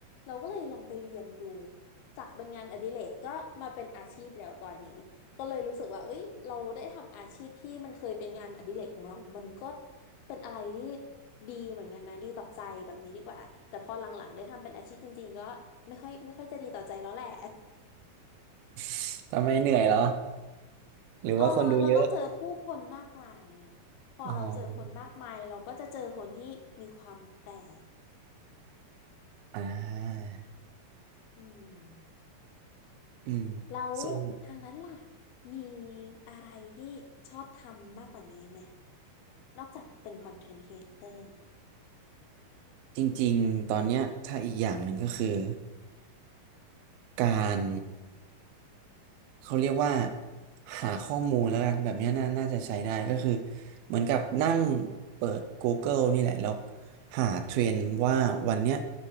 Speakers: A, on the left; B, on the right.
A: เราก็เลยลองไปเรียนดูจากเป็นงานอดิเรกก็มาเป็นอาชีพแล้วตอนนี้ก็เลยรู้สึกว่าเอ้ยเราได้ทำอาชีพที่มันเคยเป็นงานอดิเรกของเรามันก็เป็นอะไรที่ดีเหมือนกันนะดีต่อใจแบบนี้ดีกว่าแต่พอหลังๆได้ทำเป็นอาชีพจริงๆก็ไม่ค่อยไม่ค่อยจะดีต่อใจแล้วแหละ
B: <laughs> ทำไมเหนื่อยเหรอหรือว่าคนดูเยอะ
A: เออเราต้องเจอผู้คนมากมายอะพอเราเจอคนมากมายเราก็จะเจอคนที่มีความแปลก
B: อ๋ออ่า
A: อืม
B: อืม
A: แล้วทางนั้นล่ะ
B: ส่วน
A: มีอะไรที่ชอบทำมากกว่านี้ไหมนอกจากเป็นคอนเทนต์ครีเอเตอร์
B: จริงๆ ตอนเนี้ยถ้าอีกอย่างหนึ่งก็คือการเขาเรียกว่าหาข้อมูลแล้วกันแบบเนี้ยน่าน่าจะใช้ได้ก็คือเหมือนกับนั่งเปิด Google นี่แหละแล้วหาเทรนด์ว่าวันเนี้ย